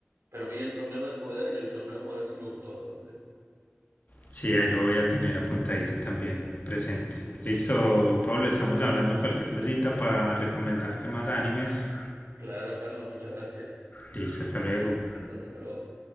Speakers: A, on the right; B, on the left.
A: Pero vi el torneo del poder y el torneo del poder sí me gustó bastante.
B: Sí, ahí lo voy a tener apuntadito
A: Ujú,
B: también presente.
A: ujú.
B: Listo, Pablo, estamos hablando cualquier cosita para recomendarte más animes.
A: Claro, Carlos, muchas gracias.
B: Liz, hasta luego.
A: Listo, hasta luego.